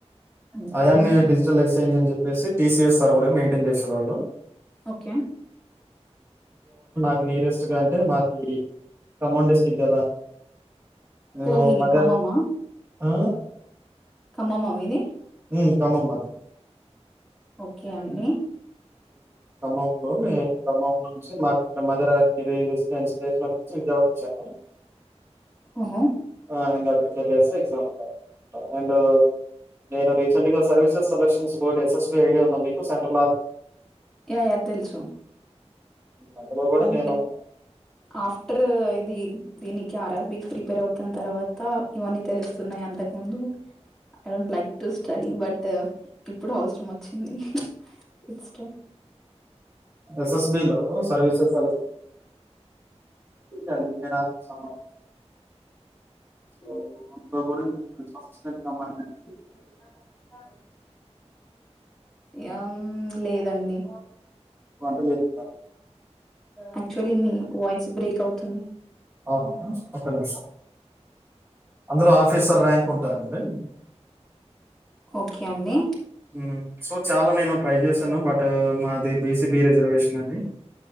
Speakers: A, in the centre; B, on the right.
A: హ్మ్.
B: అయాన్ని డిజిటల్ ఎక్స్చేంజ్ అని చెప్పేసి టీ సి ఎస్ సర్వరే మెయింటైన్ చేసేవాళ్ళు
A: ఓకే
B: క్ నీరెస్ట్ గా అంటే మాది ఖమ్మం డిస్టిక్ కదా నేను
A: ఓ మీది
B: మద
A: ఖమ్మమ
B: ఆ
A: ఖమ్మమా మీది
B: హ్మ్ ఖమ్మం మాది
A: ఓకే అండి
B: ఖమ్మం నేను ఖమ్మం నుంచి మాకు ఇక్కడ మధరరు నేను స్టేషన్ వచ్చసి విజవాడ ఇచ్చాను
A: ఓహో!
B: ఆ ఇంకగ అక్కడికి వెళ్ళసి ఎగ్జామ్ స్ చేకుంటా అండ్ నేను రీసెంట్ గా services selection board SSB idea ఉంద మీకు సెంటర్
A: యా యా తెలుసు
B: అందులో కూడా
A: అంటే
B: నేను
A: ఆఫ్టర్ ఇది దీనికి ఆర్ఆర్బికి ప్రిపేర్ అవుతున్న తర్వాత ఇవన్నీ తెలుస్తున్నాయి అంతకు ముందు I don't like to study but ఇప్పుడు అవసరం వచ్చింది ఇట్స్
B: ఎస్ఎస్బి లో సర్వీసెస్ స అ <unintelligible> ఓ అనుకో కూడా మంచి ఆఫీసు కెళ్త మర్ నేను
A: ఉండాలంట <inaudible> ఏం లేదండి
B: కోల్త వేపిత్తం
A: యాక్చువల్లీ మీ వాయిస్ బ్రేక్ అవ్ తున్
B: అవును ఒక నిమిషం అందులో ఆఫీసర్ ర్యాంక్ ఉ టా దండి
A: ఓకే అండి
B: ఉమ్ సో చాలా నేను ట్రై చేసాను బట్ మాది బీసీబీ రిజర్వేషన్ అండి